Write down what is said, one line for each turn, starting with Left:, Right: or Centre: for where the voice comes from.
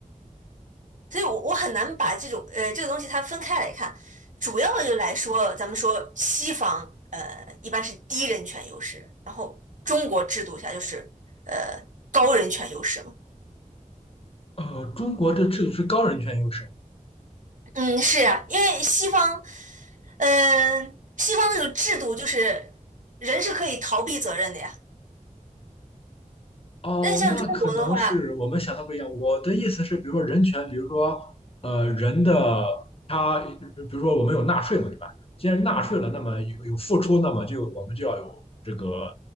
Right: 所以我我很难把这种呃这个东西它分开来看。主要的就来说，咱们说西方呃一般是低人权优势，然后中国制度下就是呃高人权优势嘛。
Left: 呃，中国的制度是高人权优势吗？
Right: 嗯，是啊，因为西方，嗯、西方那种制度就是人是可以逃避责任的呀。
Left: 哦，
Right: 但是像中国的话，
Left: 那可能是我们想的不一样。我的意思是，比如说人权，比如说呃人的他，比如说我们有纳税嘛，对吧？既然纳税了，那么有有付出，那么就我们就要有这个